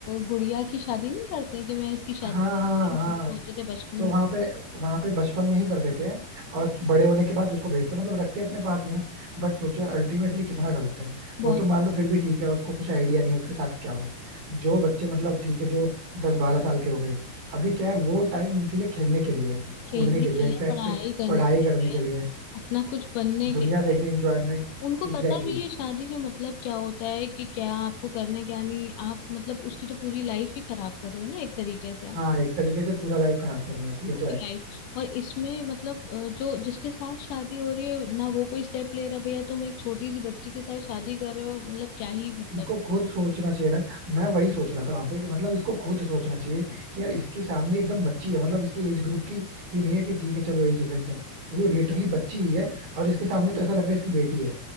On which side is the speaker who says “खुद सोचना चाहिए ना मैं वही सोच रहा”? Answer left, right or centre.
Right